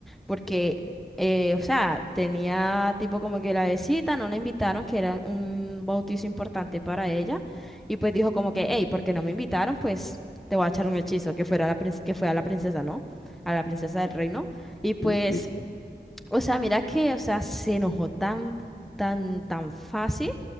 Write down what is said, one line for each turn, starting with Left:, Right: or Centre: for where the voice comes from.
Centre: porque, eh, o sea, tenía tipo como que la besita, no la invitaron, que era un bautizo importante para ella, y pues dijo como que, hey, porque no me invitaron? Pues te voy a echar un hechizo, que fuera la prin- que fue a la princesa, ¿no? A la princesa del reino. Y pues,
Left: Sí, sí, sí.
Centre: o sea, mira que, o sea, se enojó tan, tan, tan fácil